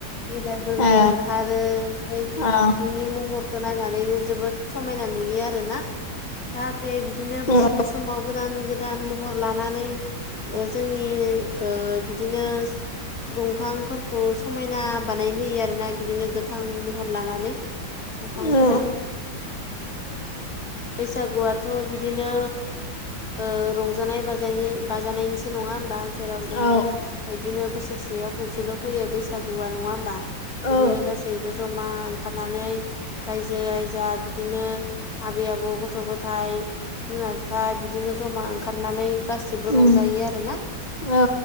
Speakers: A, on the left (about 50°); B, on the left (about 20°).
A: बिलाइ गोरलै
B: ओ
A: ओंखारो ओमफफ्राय
B: औ
A: बिनि महरखौ नायनानै जोबोद समायना नुयो आरोना जाहाथे बिदिनो
B: औ
A: बैसागु समाव गोदान गोदान महर लानानै जोंनि बिदिनो दंफांफोरखौ समायना बानायहोयो आरोना बिदिनो गोथां महर लानानै बिफांफोरा
B: औ
A: बैसागुआथ' बिदिनो ओ रंजानाय बाज बाजानायनिसो नङा होमबा? जेराव जोङो
B: औ
A: बिदिनो बोसोरसेयाव खनसेल' फैयो बैसागुआ नङा होमबा? बिदिनो
B: औ
A: गासैबो जमा ओंखारनानै रायजो राजा बिदिनो आबै आबौ गथ' गथाया बिमा बिफा बिदिनो जमा ओंखारनानै गासिबो
B: उम
A: रंजायो आरोना।
B: औ